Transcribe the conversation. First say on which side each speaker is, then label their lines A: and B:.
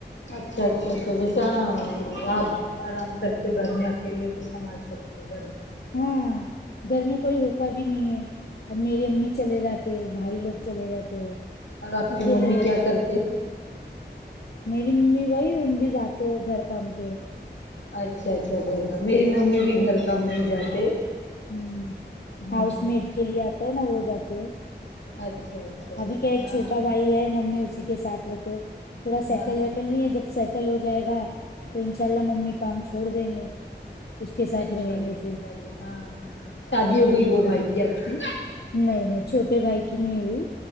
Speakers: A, on the left (about 85°); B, on the left (about 60°).
A: اچھا اچھا اچھا جیسے ہاں آپ آرام سے کرتے ہو گھر میں اکیلے ہو تو سنبھال سکتے ہو برابر
B: ہاں گھر میں کوئی ہوتا بھی نہیں ہے اب میری امی چلے جاتے بھائی لوگ چلے جاتے
A: اور آپ
B: اکیلے
A: کی ممی
B: رہتے
A: کیا کرتے
B: میری ممی وہی ان بھی جاتے گھر کام پہ
A: اچھا اچھا گھر کا میری ممی بھی گھر کام نہیں جاتے
B: ہ
A: ہاں
B: ہاؤس میٹ کے لیے آتا ہے نا وہ جاتے ہیں
A: اچھا اچھا
B: ابھی
A: اچھا
B: کیا ایک
A: ہاں
B: چھوٹا بھائی ہے ممی اسی کے ساتھ رہتے تھوڑا سیٹل
A: ہاں
B: ویٹ ل نہیں ہے جب سیٹل ہو جائے گا تو ان شاء اللہ ممی کام چھوڑ دیں گے اس کے ساتھ
A: انشاء
B: رہیں
A: اللہ
B: گے
A: انشاء
B: پھر
A: ہاں ہاں شادی ہو
B: ہ
A: گئی وہ بھائی کی آپ کی
B: نہیں نہیں چھوٹے بھائی کی نہیں ہوئی